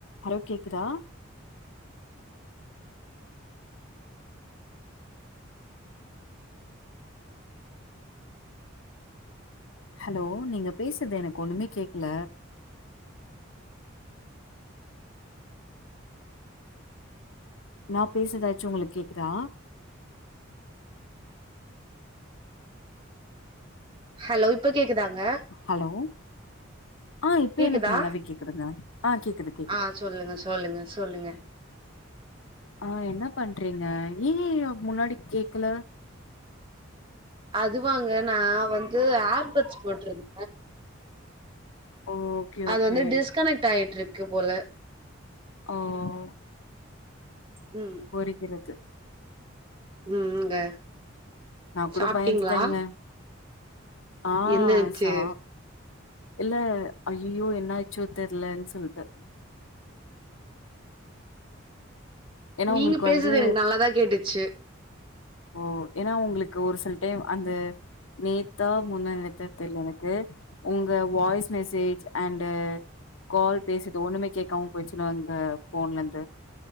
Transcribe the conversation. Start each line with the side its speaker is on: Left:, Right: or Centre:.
Left: hello கேக்குதா hello நீங்க பேஸ்றது எனக்கு ஒண்ணுமே கேக்ல நா பேசுறதாச்சு உங்களுக் கேக்குதா
Right: ஹலோ இப்ப கேக்குதாங்க
Left: ஹலோ ஆ இப்ப
Right: கேக்குதா
Left: எனக்கு நல்லாவே கேக்குதுங்க ஆ கேக்குது கேக்குது
Right: ஆ சொல்லுங்க சொல்லுங்க சொல்லுங்க
Left: ஆ என்ன பண்றீங்க ஏய்யியோ முன்னாடி கேக்குல
Right: அது வாங்க நா வந்து ஏர்பட்ஸ் போட்ருந்த
Left: ஓ ஓகே
Right: அது
Left: ஓகே
Right: வந்து டிஸ்கனெக்ட் ஆயிட்டுருக்கு போல
Left: ம் ம்
Right: ம்
Left: ஒருகிறது
Right: ம் ம்ங்க
Left: நா
Right: சாப்ட்டீங்களா
Left: கூட பயந்துட்டேங்க ஆ
Right: என்னாச்சு
Left: சா இல்ல ஐய்யயோ என்ன ஆச்சோ தெர்லன்னு சொல்ட்டு ஏன்னா
Right: நீங்க
Left: உங்களுக்கு
Right: பேசுறது
Left: வந்து
Right: எனக்கு நல்லதா கேட்டுச்சு
Left: ஓ ஏன்னா உங்களுக்கு ஒரு சில டைம் அந்த நேத்தா முந்தாநேத்தா தெர்ல எனக்கு உங்க வாய்ஸ் மெசேஜ் அண்டு கால் பேசுது ஒண்ணுமே கேட்காம போய்டுச்சுனா அங்க ஃபோன்லந்து